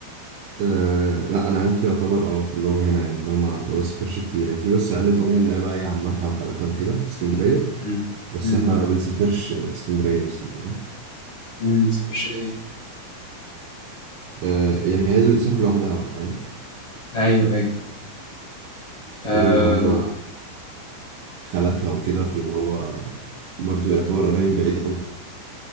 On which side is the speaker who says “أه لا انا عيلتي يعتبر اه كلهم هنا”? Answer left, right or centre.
Right